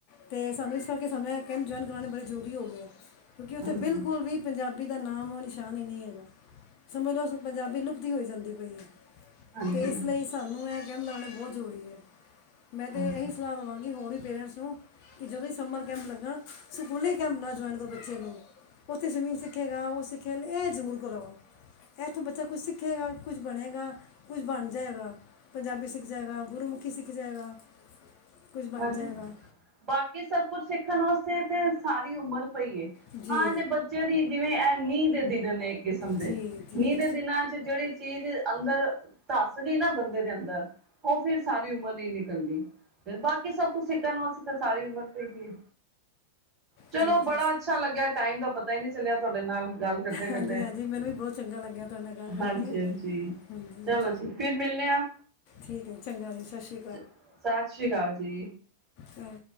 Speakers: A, on the left; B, on the right.
A: ਅਤੇ ਸਾਨੂੰ ਇਸ ਕਰਕੇ ਸਾਨੂੰ ਕੈਂਪ ਜੁਆਇਨ ਕਰਵਾਣੇ ਬੜੇ ਜ਼ਰੂਰੀ ਹੋ ਗਏ ਹੈ। ਕਿਉਂਕਿ ਉੱਥੇ
B: ਹਾਂਜੀ
A: ਬਿਲਕੁਲ ਪੰਜਾਬੀ ਭੀ ਦਾ ਨਾਮ ਉਹ ਨਿਸ਼ਾਨ ਹੀ ਨਹੀਂ ਹੈਗਾ। ਸਮਝ ਲੋ ਪੰਜਾਬੀ ਲੁ ਵਧੀ ਹੋਈ ਜਾਂਦੀ ਪਈ
B: ਹਾਂਜੀ
A: ਤੇ ਇਸ ਲਈ ਸਾਨੂੰ ਇਹ ਗੇਮ ਲਾਉਣੇ ਬਹੁਤ ਜ਼ਰੂਰੀ ਹੈ ਮੈਂ ਤੇ
B: ਹਾਂਜੀ
A: ਇਹੀ ਸਲਾਹ ਦੇਵਾਂਗੀ ਹੋਰ ਹੀ ਪੇਰੈਂਟਸ ਨੂੰ ਕਿ ਜਦੋਂ ਸਮਰ ਕੈਂਪ ਲੱਗਣ ਸਕੂਲੇ ਕੈਂਪ ਨਾ ਜੁਆਇਨ ਕਰੋ ਬੱਚੇ ਨੂੰ ਉੱਥੇ ਸਵਿਮਿੰਗ ਸਿੱਖੇਗਾ ਉਹ ਸਿੱਖੇ ਇਹ ਜ਼ਰੂਰ ਕਰੋ ਇੱਥੋਂ ਬੱਚਾ ਕੁਛ ਸਿੱਖੇਗਾ ਕੁਛ ਬਣੇਗਾ ਕੁਝ ਬਣ ਜਾਏਗਾ ਪੰਜਾਬੀ ਸਿੱਖ ਜਾਏਗਾ ਗੁਰੂਮੁਖੀ ਸਿੱਖ ਜਾਏਗਾ ਕੁਝ ਬਣ
B: ਹਾਂਜੀ
A: ਜਾਏਗਾ
B: ਬਾਕੀ ਸਭ ਕੁਛ ਸਿੱਖ ਦੇਖਣ ਵਾਸਤੇ ਤੇ ਸਾਰੀ ਉਮਰ ਪਈਏ
A: ਜੀ
B: ਹਾਂ ਜੇ ਬੱਚਿਆਂ ਦੀ ਜਿਵੇਂ ਐ ਨੀਂਦ ਦੀਦੇ ਕਿਸਮ ਦੇ
A: ਜੀ ਜੀ
B: ਨੀਂਹ ਦੇ ਦਿਨਾਂ ਚ ਜਿਹੜੀ ਚੀਜ਼ ਅੰਦਰ ਧੱਸ ਗਈ ਨਾ ਬੰਦੇ ਦੇ ਅੰਦਰ ਉਹ ਫੇਰ ਸਾਰੀ ਉਮਰ ਨਹੀਂ ਨਿਕਲਦੀ ਫੇਰ ਬਾਕੀ ਸਭ ਕੁਛ ਸਿੱਖਣ ਵਾਸਤੇ ਤਾਂ ਸਾਰੀ ਉਮਰ ਪਾਈ ਹੈ ਚਲੋ
A: ਜੀ
B: ਬੜਾ
A: ਜੀ
B: ਅੱਛਾ ਲੱਗਿਆ ਟਾਈਮ ਦਾ ਪਤਾ ਹੀ ਨਹੀਂ ਚੱਲਿਆ ਤੁਹਾਡੇ ਨਾਲ ਗੱਲ ਕਰਦੇ
A: ਹਾਂਜੀ
B: ਕਰਦੇ
A: ਹਾਂਜੀ ਮੈਨੂੰ ਵੀ ਬਹੁਤ ਚੰਗਾ ਲੱਗਿਆ ਤੁਹਾਡੇ ਨਾਲ ਗੱਲ ਕਰਕੇ
B: ਹਾਂਜੀ ਹਾਂਜੀ
A: ਹਾਂਜੀ
B: ਚਲੋ ਜੀ ਫਿਰ ਮਿਲਣੇ ਆ
A: ਠੀਕ ਹੈ ਚੰਗਾ ਜੀ ਸਤਿ ਸ਼੍ਰੀ
B: ਸਤਿ ਸ੍ਰੀ ਅਕਾਲ ਜੀ
A: ਹਮ